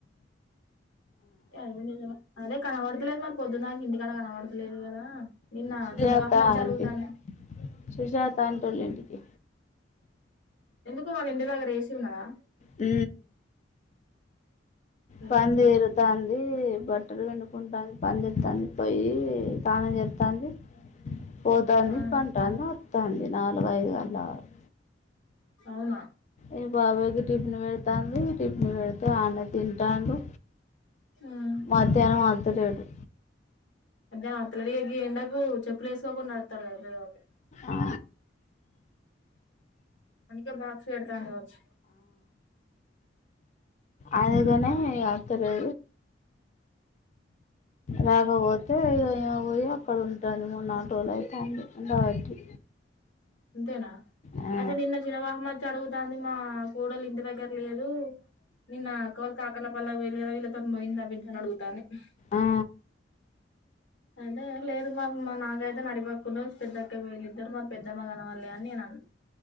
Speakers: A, on the left; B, on the left.
A: ఏ అది కూడా నిజమే అదే కనబడతలేదు మరి పొద్దున్నానికి ఇంటికాడ కనబడతలేదు కదా నిన్న
B: సుజాత
A: చిన్న బాపమ్మ వచ్చి
B: అంటీ
A: అడుగుతాంది
B: సుజాత అంటోళ్ళింటికి
A: ఎందుకు మ ఇంటి దగ్గర వేసి ఉన్నదా
B: ఆ
A: ఏసీ
B: పంది
A: ఉన్నదా
B: ఇరు తాందిీ బ ట్టలు పిండుకుంటాంది పనిచేస్తుంది ప పోయి తానే చెప్తాంది పొతాంది
A: ఆ
B: పంటంది వస్తుంది నాలుగైదు గంటల వరకు
A: అవునా
B: ఏ బాబాయికి టిఫిన్ పెడతాంది టిఫిన్ పెళ్తే ఆన్న తి ట్టాండు
A: ఉమ్
B: మధ్యాహ్నం మధ అదే అదే
A: మధ్యాహ్నం అత్తలడి గి ఎండకు చెప్పులు వేసుకోకుండా నడుస్తాడు కదా పెద్దబాబు
B: ఆ
A: అందుకే బాక్స్ పెడతాంది కావచ్చు
B: అలగానే ఇగ తరే రాకపోతే ఇగ ఈమె పోయి అక్కడుంటాంది మొన్న ఆటోల అయితుంది ఉండబట్టి
A: అంతేనా
B: ఆ
A: అయితే నిన్న చిన మామ అచ్చి అడుగు దాంది మా కోడలు ఇంటి దగ్గర లేదు నిన్న కోల్కాకర్లపల్లి వెళ్లే గదా వీళ్ళతోని పోయిందా బిడ్డ అని అడుగుతాంది హుమ్మ్
B: ఆ
A: అంటే లేదు మమ్ మా నాగయితే నడిపాక్కును పెద్దక్క వీళ్ళిద్దరూ మరి పెద్ ద్దమ కనబడలే అని నేనన్న